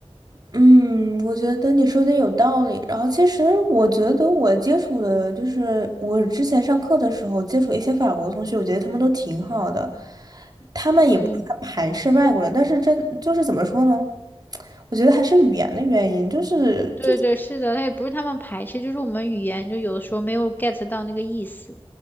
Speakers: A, on the right (about 40°); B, on the left (about 20°).
A: 嗯，我觉得你说的有道理。然后，其实我觉得我接触的，就是我之前上课的时候接触一些法国同学，我觉得他们都挺好的，他们也不是很排斥外国人，
B: 嗯，
A: 但是真就是怎么说呢？我觉得还是语言的原因，就是就。
B: 对对，是的，他也不是他们排斥，就是我们语言就有的时候没有 get 到那个意思。